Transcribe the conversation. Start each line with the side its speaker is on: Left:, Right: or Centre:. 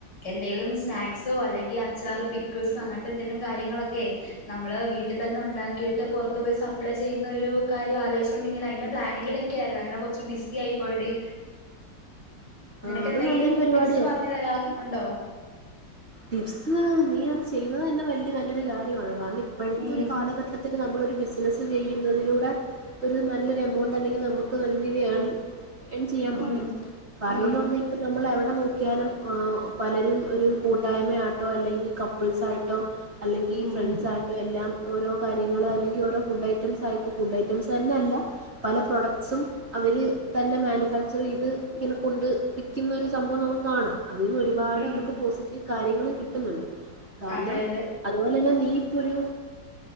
Left: എന്തെങ്കലും സ്നാക്സോ അല്ലെങ്കിൽ അച്ചാറ് പിക്കിൾസോ അങ്ങനത്തെ എന്തെങ്കലും കാര്യങ്ങളൊക്കെ ഓക്കെ നമ്മള് വീട്ടിൽ തന്നെ ഉണ്ടാക്കിട്ട് പുറത്തു പോയി സപ്ലൈ ചെയ്യുന്ന ഒരു കാര്യം ആലോചിച്ചോണ്ട് ഇങ്ങനെ അയിന്റെ പ്ലാനിങ്ങിലൊക്കെ ആയിരുന്നു അങ്ങനെ കൊറച്ച് ബിസി ആയി പോയിടി നിനക്ക്ന്തെങ്കിലും
Right: ആഹ് അത് നല്ലൊരു പരിപാടിയാ
Left: ടിപ്സ് പറഞ്ഞ് തരാൻ ഉണ്ടോ
Right: ടിപ്സ് നീ അത് ചെയ്യുന്നത് തന്നെ വലിയ നല്ലൊരു കാര്യമാണ് ഇപ്പോഴത്തെ
Left: ഉം
Right: ഒരു കാലഘട്ടത്തിത്തിൽ നമ്മൾ ഒരു ബിസിനസ് ചെയ്യുന്നതിലൂടെ ഒരു നല്ലൊരു എമൗണ്ട് അല്ലെങ്കിൽ നമുക്ക് നല്ല രീതിയിൽ ഏർണിങ് എൺ ചെയ്യാൻ
Left: ഉം
Right: പറ്റും കാരണന്നു
Left: ഉം
Right: പറഞ്ഞാൽ ഇപ്പ നമ്മൾ എവിടെ നോക്കിയാലും പലരും ഒരു കൂട്ട കൂടായമയായിട്ടോ അല്ലെങ്കിൽ കപ്പിൾസായിട്ടോ അല്ലെങ്കിൽ
Left: ഉം
Right: ഫ്രണ്ട്സായിട്ടും എല്ലാം ഓരോ കാര്യങ്ങൾ അല്ലെങ്കിൽ ഓരോ ഫുഡ് ഐറ്റംസ് ആയിക്കും ഫുഡ് ഐറ്റംസ് തന്നെയല്ല പല പ്രോഡക്ട്സും അവർ തന്നെ മാനുഫാക്ചർ ചെയ്ത് ഇങ്ങനെ കൊണ്ട് വിൽക്കുന്നൊ ഒരു സംഭവം നമുക്ക് കാണാം അതിന്ന് ഒരുപാട്
Left: ഉം
Right: അവർക്ക് പോസിറ്റീവ് കാര്യങ്ങളും കിട്ടുന്നുണ്ട് കാരണം
Left: അതെ അതെ
Right: അതുപോലെ തന്നെ നീയും നിനക്കൊരു